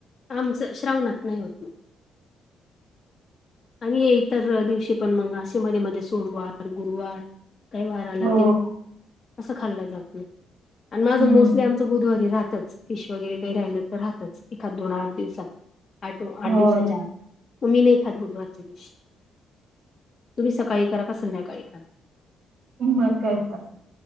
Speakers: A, on the left (about 35°); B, on the right (about 55°).
A: आमच श्रावणात नाही होत. आणि इतर दिवशी पण मंग असशे मध्ये मध्ये सोमवार, गुरुवार काही वाराला
B: हो,
A: तेव्हा असं खाल्लं जात नाही. आणि माझं
B: हं,
A: मोस्टली आमचं बुधवारी राहतच फिश वगैरे, काही राहिलं तर राहतच एखाद दोन आठ दिवसात. आठो आठ
B: होय.
A: दिवसाच्या आत मग् मी नाही खात बुधवारच्या दिवस तुम्ही सकाळी करा, का संध्याकाळी करा,
B: मग काय तर,